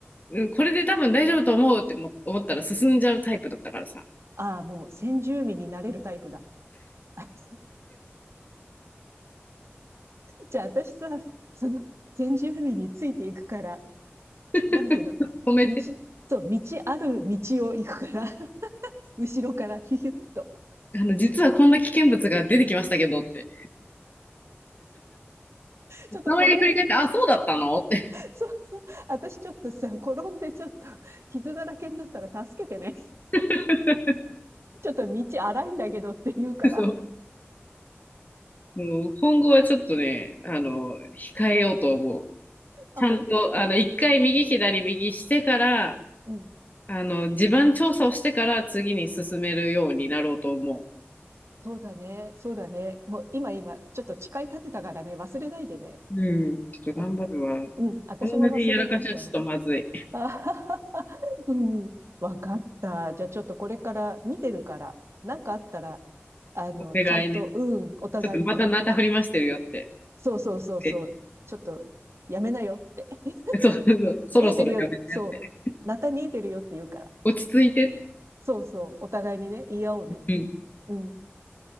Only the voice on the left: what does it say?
うんこれで多分大丈夫と思うっても思ったら進んじゃうタイプだったからさ。
<laughs>
止めて。
あの、実はこんな危険物が出てきましたけどって。
たまに振り返って、あ、そうだったのって。
<laughs>
そう。もう今後はちょっとね、あの、控えようと思う。
ちゃんと、
あの、一回右左右してから、
あの、地盤調査をしてから次に進めるようになろうと思
う。うん。ちょっと頑張るわ。
同じやらかしはちょっとまずい。
お願いね。
ちょっとまたなた振りましてるよって。
え、
<laughs> そうそうそう、そろそろやめてやって。
落ち着いてって。
うん。